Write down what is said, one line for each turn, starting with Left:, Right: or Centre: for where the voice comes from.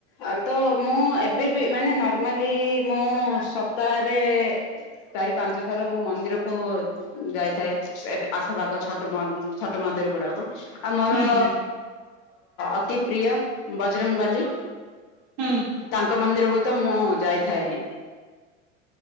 Left: ଆଉ ତ ମୁଁ ଏବେ ବି, ମାନେ ନର୍ମାଲି ମୁଁ ସପ୍ତାହରେ ଚାରି ପାଞ୍ଚ ଥର ମୁଁ ମନ୍ଦିରକୁ ଯାଇଥାଏ, ଆଖ ପାଖ ଛଟ ମନ୍ଦିର ଗୁଡ଼ାକ। ଆଉ ମର
Right: ହୁଁ ହୁଁ
Left: ଅତି ପ୍ରିୟ ବଜରଙ୍ଗ୍ ବାଲି।
Right: ହୁଁ
Left: ତାଙ୍କ ମନ୍ଦିରକୁ ତ ମୁଁ ଯାଇଥାଏ ହିଁ।